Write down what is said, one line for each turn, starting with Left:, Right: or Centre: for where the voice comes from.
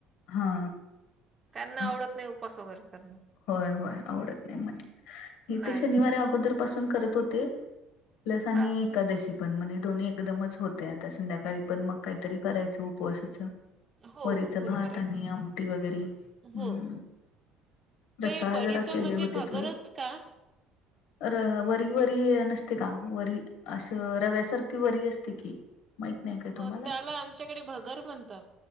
Left: हा.
Right: त्यांना
Left: हा
Right: आवडत नाही उपास वगैरे करणं.
Left: होय होय आवडत नाही म्हण, हे
Right: नाही.
Left: ते शनिवार अगोदर पासून करत होते प्लस आणि
Right: हां.
Left: एकादशी पण म्हणजे दोन्ही एकदमच होतय, आता संध्याकाळी पण मग काहीतरी करायच उपवासाच
Right: हो,
Left: वरीच
Right: हो. बरोबर
Left: भात
Right: आहे.
Left: आणि आमटी वगैरे, हम्म
Right: हो. ते
Left: रताळ
Right: परीचा
Left: जरा केले
Right: म्हणजे
Left: होते
Right: भगरच
Left: थोडं.
Right: का?
Left: र वरी वरी नसते का, वरी असं रव्यासारखी वरी असते की माहित नाही काय? तुम्हाला
Right: हो त्याला आमच्याकडे भगर म्हणतात.